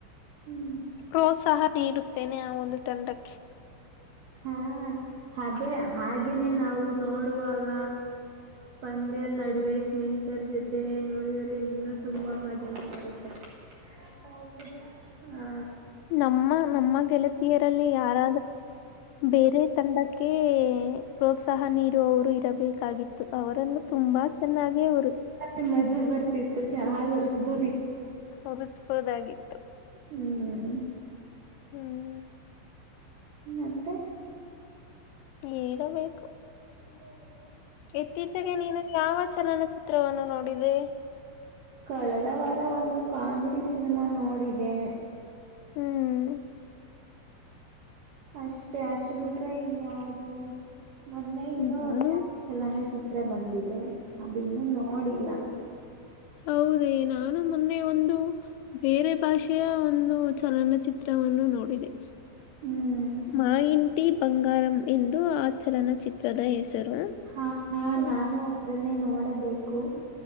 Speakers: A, on the right (about 70°); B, on the left (about 85°).
A: ಹ್ಮ್
B: ಪ್ರೋತ್ಸಾಹ ನೀಡುತ್ತೇನೆ ಆ ಒಂದು ತಂಡಕ್ಕೆ
A: ಹಾ ಅದೇ ಹಾಗೇನೆ ನಾವು ನೋಡುವಾಗ ಪಂದ್ಯದ ನಡುವೆ ಸ್ನೇಹಿತರ ಜೊತೆ ನೋಡಿದ್ರೆ ಇನ್ನುೂ ತುಂಬಾ ಮಜಾಾನ ಬರುತ್ತೆ ಹೌದು ಹಾ
B: ನಮ್ಮ ನಮ್ಮ ಗೆಳತಿಯರಲ್ಲಿ ಯಾರ ಬೇರೆ ತಂಡಕ್ಕೆ ಪ್ರೋತ್ಸಾಹ ನೀಡುವವರು ಇರಬೇಕು ಾಗಿತ್ತು ಅವರನ್ನು ತುಂಬಾ ಚೆನ್ನಾಗಿ ಅವರು
A: ುಂಬ ಮಜಾ ಬರ್ತಿತ್ತು ಚೆನ್ನಾಗ್ ಉರ್ಸ್ಬೋದಿತ್ತು
B: ಉಸ್ಬೋದಾಗಿತ್ತು
A: ಹ್ಮ್
B: ಹ್ಮ್
A: ಮತ್ತೆ
B: ನೀಡಬೇಕು
A: ಮಾಡ
B: ಇತ್ತೀಚೆಗೆ ನೀನು ಯಾವ ಚಲನಚಿತ್ರವನ್ನು ನೋಡಿದೆ
A: ಕಳೆದ ವಾರ ಒಂದು ಕಾಮಿಡಿ ಸಿನಿಮಾ ನೋಡಿದೆ
B: ಹ್ಮ್
A: ಅಷ್ಟೆ ಅಷ್ಟ್ ಬಿಟ್ರೆ ಇನ್ಯಾವ್ದ ಮೊನ್ನೆ ಇನ್ನುೂ
B: ನಾನು
A: ಒಂದ ಯ ಚಲನ ಚಿತ್ರ ಬಂದಿದೆ ಅದು ಇನ್ನು ನೋಡಿಲ್ಲ
B: ಹೌದೇ ನಾನು ಮೊನ್ನೆ ಒಂದು ಬೇರೆ ಭಾಷೆಯ ಒಂದು ಚಲನ ಚಿತ್ರವನ್ನು ನೋಡಿದೆ
A: ಹ್ಮ್
B: ಮಾ ಇಂತಿ ಬಂಗಾರಂ ಎಂದು ಆ ಚಲನಚಿತ್ರದ ಹೆಸರು
A: ಹಾ
B: ಹ,
A: ನಾ ಅದನ್ನೇ ನೋಡಬೇಕು